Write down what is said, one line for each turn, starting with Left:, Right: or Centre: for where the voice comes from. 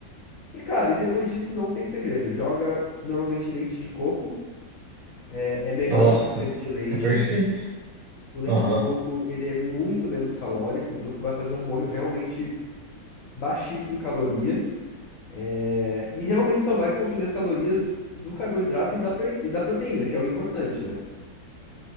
Left: E cara, e depois disso não tem segredo. Joga normalmente leite de coco, é, é melhor
Right: Nossa,
Left: do que o creme de leite.
Right: fica perfeito.
Left: O leite
Right: Aham.
Left: de coco, ele é muito menos calórico, então tu vai fazer um molho realmente baixíssimo em caloria. É, E realmente só vai consumir as calorias do carboidrato e da, proi- e da proteína, que é o importante, né?